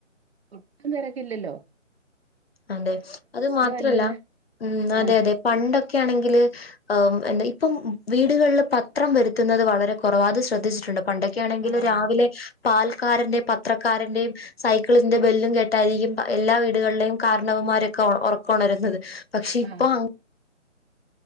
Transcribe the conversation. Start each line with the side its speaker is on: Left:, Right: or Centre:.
Right: ഒട്ടും തെരക്കില്ലല്ലൊ.
Left: അതെ. അത് മാത്രല്ല
Right: എല്ലാം
Left: ഉം ഉം. അതെ
Right: ആഹ്
Left: അതെ. പണ്ടൊക്കെ ആണെങ്കില് അഹ് എന്താ ഇപ്പം വീടുകൾല് പത്രം വെരുത്തുന്നത് വളരെ കൊറവാ. അത് ശ്രദ്ധിച്ചിട്ട് ണ്ടൊ പണ്ടെ യാണെങ്കില്
Right: ആഹ്
Left: രാവിലെ പാൽക്കാരൻ്റെ, പത്രക്കാരന്റെയും സൈക്ക്ള്ന്റെ ബെല്ലും കേട്ടായിരിക്കും പ്പ എല്ലാ വീടുകൾലേയും കാരണവന്മാരൊക്കെ ഒർ ഒറക്കൊണരുന്നത്. പക്ഷെ ഇപ്പൊ
Right: ആഹ്